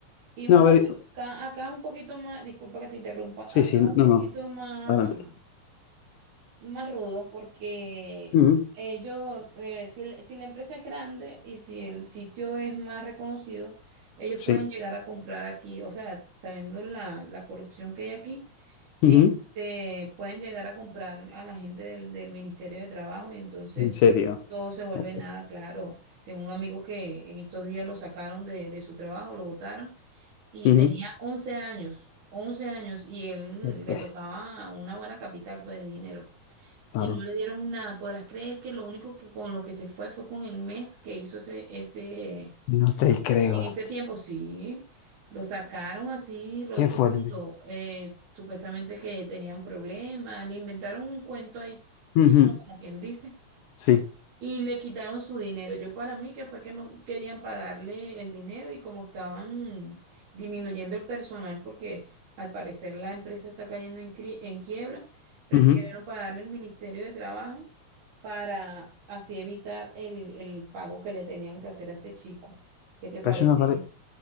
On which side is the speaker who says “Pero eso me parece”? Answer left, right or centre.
Left